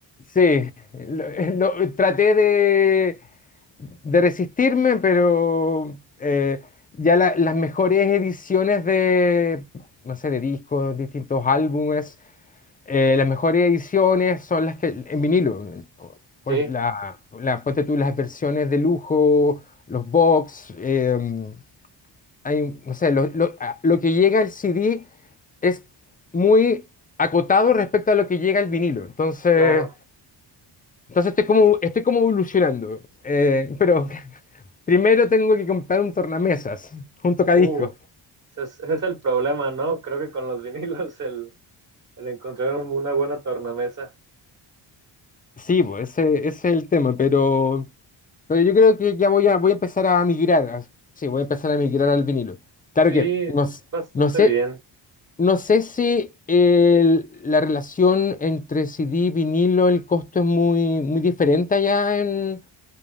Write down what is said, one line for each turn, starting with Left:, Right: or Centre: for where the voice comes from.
Left: Sí, lo- eh, lo- traté de, de resistirme, pero eh, ya la- las mejores ediciones de, no sé, de discos, distintos álbumes, eh, las mejores ediciones son las que en vinilo. Por
Right: Sí,
Left: ej- la, la- ponte tú las versiones de lujo, los box, em, hay, un- no sé, lo, lo- a- lo que llega al CD es muy acotado respecto a lo que llega al vinilo. Entonces,
Right: claro.
Left: entonces estoy como, estoy como evolucionando. Eh, pero <laughs> primero tengo que comprar un tornamesas, un tocadiscos.
Right: Uh, ese es, ese es el problema, ¿no? Creo que con los <laughs> vinilos el, el encontrar un- una buena tornamesa.
Left: Sí, pues ese, ese es el tema, pero... Pero yo creo que ya voy a, voy a empezar a migrar. a- sí, voy a empezar a migrar al vinilo. Claro
Right: Sí,
Left: que no, s-
Right: bastante
Left: no sé,
Right: bien.
Left: no sé si el- la relación entre CD y vinilo, el costo es muy, muy diferente allá en,